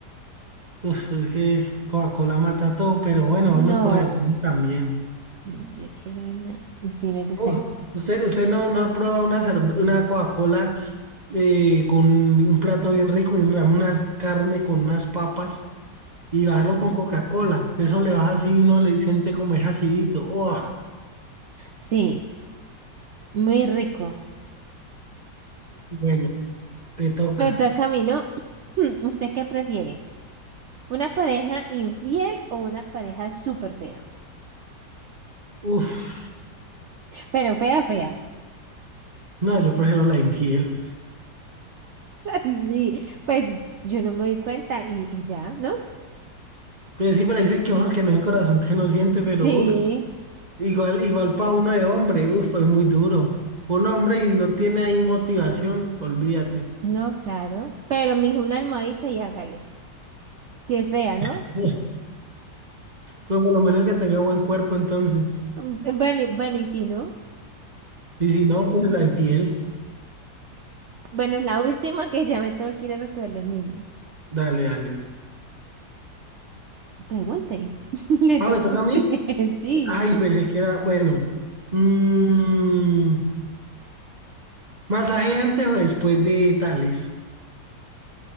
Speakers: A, on the right; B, on the right.
A: Uf, es que Coca-Cola mata todo, pero bueno,
B: No.
A: vámonos por la cerveza también.
B: No, yo quiero una. Sí, me gustaría.
A: Uf, ¿usted, usted no, no ha probado una, cerve- una Coca-Cola eh, con un plato bien rico y digamos, una carne con unas papas y bajarlo con Coca-Cola? Que eso le baja así y uno le siente como es acidito. Oh,
B: Sí, muy rico.
A: bueno, te toca.
B: Me toca a mí, ¿no? <clears throat> ¿Usted qué prefiere? ¿Una pareja infiel o una pareja súper fea?
A: Uf,
B: Pero fea, fea.
A: no, yo prefiero la infiel.
B: <laughs> Ay, sí, pues yo no me doy cuenta y, y ya, ¿no?
A: Pues sí, pero dicen que ojos que no ven, corazón que no siente, pero
B: Sí,
A: uf, igual, igual para uno de hombre, uf, pues muy duro. Un hombre y no tiene ahí motivación, olvídate.
B: no, claro. Pero me dijo una almohadita y hágale. Si es fea, ¿no?
A: <laughs> Pero por lo menos que tenga buen cuerpo entonces.
B: Mm, Bueno, y- bueno, y si no.
A: Y si no, pues la infiel.
B: Bueno, la última que ya me tengo que ir a recoger los niños.
A: Dale, dale.
B: Pregunte, <laughs> le
A: Ah,
B: tocó
A: ¿me toca
B: a usted,
A: a mí?
B: <laughs> sí.
A: Ay, pensé que era, bueno. Mm, ¿masaje antes o después de tales?